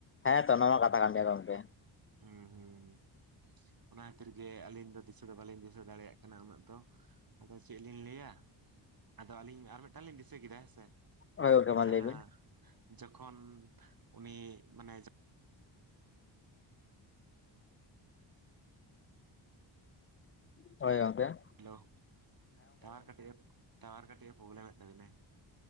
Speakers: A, on the left; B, on the right.
A: ᱦᱮᱸᱛᱚ ᱚᱱᱟ ᱢᱟ ᱠᱟᱛᱷᱟ ᱠᱟᱱ ᱜᱮᱭᱟ ᱜᱚᱢᱠᱮ᱾
B: ᱦᱩᱸ ᱦᱩᱸ᱾ ᱚᱱᱟ ᱠᱷᱟᱹᱛᱤᱨ ᱜᱮ ᱟᱹᱞᱤᱧ ᱫᱚ ᱫᱤᱥᱟᱹ ᱫᱚ ᱵᱟᱹᱞᱤᱧ ᱫᱤᱥᱟᱹ ᱫᱟᱲᱮᱭᱟᱜ ᱠᱟᱱᱟ ᱩᱱᱟᱹᱜ ᱫᱚ᱾ ᱟᱫᱚ ᱪᱮᱜ ᱞᱤᱧ ᱞᱟᱹᱭᱟ ᱟᱫᱚ ᱟᱹᱞᱤᱧ ᱟᱨ ᱢᱤᱫᱴᱟᱝ ᱞᱤᱧ ᱫᱤᱥᱟᱹ ᱠᱮᱫᱟ ᱦᱮᱸᱥᱮ
A: ᱦᱳᱭ ᱜᱚᱢᱠᱮ
B: ᱡᱟᱦᱟᱸ
A: ᱢᱟ ᱞᱟᱹᱭ ᱵᱤᱱ᱾
B: ᱡᱚᱠᱷᱚᱱ ᱩᱱᱤ ᱢᱟᱱᱮ ᱡᱚ
A: ᱦᱳᱭ ᱜᱚᱫᱠᱮ᱾
B: ᱦᱮᱞᱳ ᱴᱟᱣᱟᱨ ᱠᱟᱹᱴᱤᱡ ᱮ ᱴᱟᱣᱟᱨ ᱠᱟᱹᱴᱤᱡ ᱮ ᱯᱨᱳᱚᱵᱞᱮᱢ ᱮᱫ ᱛᱟᱵᱤᱱᱟᱭ᱾